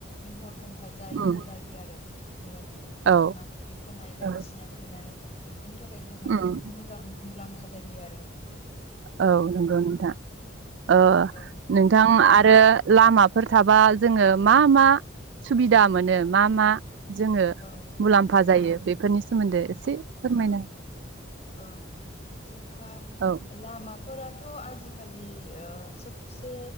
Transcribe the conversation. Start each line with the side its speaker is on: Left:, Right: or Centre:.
Left: इम्परन्टेनथार जा-जायो
Right: उम
Left: आरो बिरादनो
Right: औ
Left: माथुरि खोनाय बायदिसिना
Right: औ
Left: खोनाय बि बेनि थाखाय जोंहा
Right: उम
Left: बहुत मोजां मुलाम फा जायो आरो
Right: औ नों गौ नोंथा अ
Left: औ
Right: नोंथां आरो लामाफोर थाबा जोङो मा मा सुबिदा मोनो मा मा जोङो
Left: औ
Right: मुलाम्फा जायो बेफोरनि सोमोन्दो एसे फोरमायना
Left: ओ जोंहा
Right: औ
Left: लामा फोराथ' आजिखालि सबसे